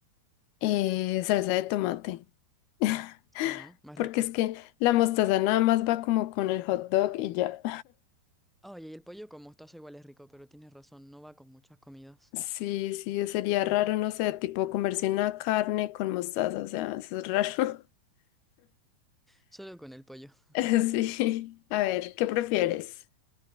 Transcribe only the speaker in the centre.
Sí, ¿no? Más
rico.
Oye, y el pollo con mostaza igual es rico, pero tienes razón, no va con muchas comidas.
Solo con el pollo.
<laughs>